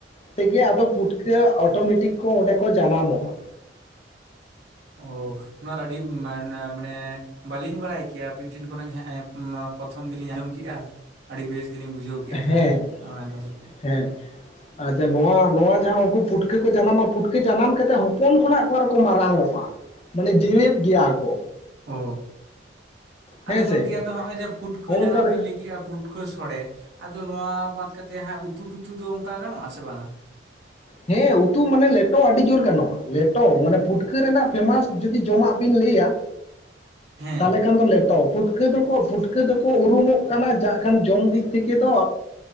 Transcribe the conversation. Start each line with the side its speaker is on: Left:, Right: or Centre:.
Left: ᱛᱮᱜᱮ ᱟᱫᱚ ᱯᱩᱴᱠᱟᱹ ᱚᱴᱳᱢᱮᱴᱤᱠ ᱠᱚ ᱚᱸᱰᱮ ᱠᱚ ᱡᱟᱱᱟᱢᱚᱜ-ᱟ᱾
Right: ᱚ᱾ ᱱᱚᱣᱟ ᱫᱚ ᱟᱹᱰᱤ ᱢᱟᱱᱮ ᱢᱟᱱᱮ ᱵᱟᱹᱞᱤᱧ ᱵᱟᱲᱟᱭ ᱠᱮᱭᱟ ᱟᱹᱵᱤᱱ ᱴᱷᱮᱱ ᱠᱷᱚᱱᱟᱜ ᱯᱨᱚᱛᱷᱚᱢ ᱜᱮᱞᱤᱧ ᱟᱸᱡᱚᱢ ᱠᱮᱜ-ᱟ, ᱟᱹᱰᱤ ᱵᱮᱥ ᱜᱮᱞᱤᱧ ᱵᱩᱡᱷᱟᱹᱣ ᱠᱮᱜ-ᱟ᱾
Left: ᱦᱮᱸ
Right: ᱛᱟᱦᱚᱞᱮ ᱟᱸᱡᱚᱢ ᱠᱟᱛᱮ
Left: ᱦᱮᱸ ᱟᱨ ᱡᱟᱦᱟ ᱱᱚᱣᱟ ᱱᱚᱣᱟ ᱡᱟᱦᱟᱸ ᱩᱱᱠᱩ ᱯᱩᱴᱠᱟᱹ ᱠᱚ ᱡᱟᱱᱟᱢᱼᱟ ᱯᱩᱴᱠᱟᱹ ᱡᱟᱱᱟᱢ ᱠᱟᱛᱮᱜ ᱦᱚᱯᱚᱱ ᱠᱷᱚᱱᱟᱜ ᱚᱠᱟ ᱨᱮ ᱠᱚ ᱢᱟᱨᱟᱝ ᱚᱜᱼᱟ ᱢᱟᱱᱮ ᱡᱮᱣᱮᱫ ᱜᱮᱭᱟ ᱠᱚ
Right: ᱚ
Left: ᱦᱮᱸ
Right: ᱟᱫᱚ
Left: ᱥᱮ
Right: ᱜᱚᱝᱠᱮ ᱟᱫᱚ ᱦᱚᱜᱼᱚᱭ ᱡᱮ ᱯᱩᱴᱠᱟᱹ
Left: ᱦᱚᱸᱜᱼᱚᱝᱠᱟ
Right: ᱡᱟᱦᱟᱸ
Left: ᱞᱮᱠᱟ
Right: ᱵᱤᱱ ᱞᱟᱹᱭ ᱠᱮᱫᱼᱟ ᱯᱩᱴᱠᱟᱹ ᱯᱩᱴᱠᱟᱹ ᱥᱚᱲᱮ ᱟᱫᱚ ᱱᱚᱣᱟ ᱵᱟᱫ ᱠᱟᱛᱮ ᱦᱟᱜ ᱩᱛᱩᱴᱩᱛᱩ ᱫᱚ ᱚᱱᱠᱟ ᱜᱟᱱᱚᱜ ᱟ ᱥᱮ ᱵᱟᱝᱟ
Left: ᱦᱮᱸ ᱩᱛᱩ ᱢᱟᱱᱮ ᱞᱮᱴᱚ ᱟᱹᱰᱤ ᱡᱳᱨ ᱜᱟᱱᱚᱜᱼᱟ ᱞᱮᱴᱚ ᱢᱟᱱᱮ ᱯᱷᱩᱴᱠᱟᱹ ᱨᱮᱱᱟᱜ ᱯᱷᱮᱢᱟᱥ ᱡᱩᱫᱤ ᱡᱚᱢᱟᱜ ᱵᱤᱱ ᱞᱟᱹᱭᱟ?
Right: ᱦᱮᱸ
Left: ᱛᱟᱦᱚᱞᱮ ᱠᱷᱟᱱ ᱫᱚ ᱞᱮᱴᱚ ᱯᱩᱴ ᱯᱷᱩᱴᱠᱟᱹ ᱫᱚᱠᱚ ᱯᱷᱩᱴᱠᱟᱹ ᱫᱚᱠᱚ ᱩᱨᱩᱢᱚᱜ ᱠᱟᱱᱟ ᱡᱟ ᱠᱷᱟᱱ ᱡᱚᱢ ᱫᱤᱠ ᱛᱷᱮᱠᱮ ᱫᱚ?